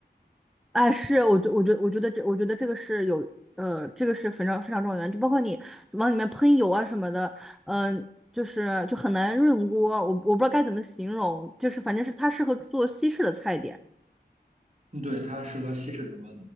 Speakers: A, in the centre; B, on the right (about 40°).
A: 哎，是，我觉我觉我觉得这，我觉得这个是有，呃，这个是非常非常重要的原因就包括你往里面喷油啊什么的，嗯、就是就很难润锅，我我不知道该怎么形容，就是反正是它适合做西式的菜点，
B: 嗯对，它适合西式什么